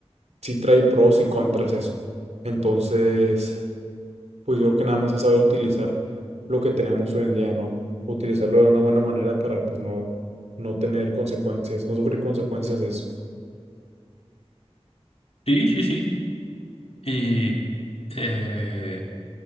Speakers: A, on the right; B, on the left.
A: sí trae pros y contras eso. Entonces, pues yo creo que nada más es saber utilizar lo que tenemos hoy en día, ¿no? Utilizarlo de una buena manera para pues no, no tener consecuencias, no sufrir consecuencias de eso.
B: Sí, sí, sí. Y eh,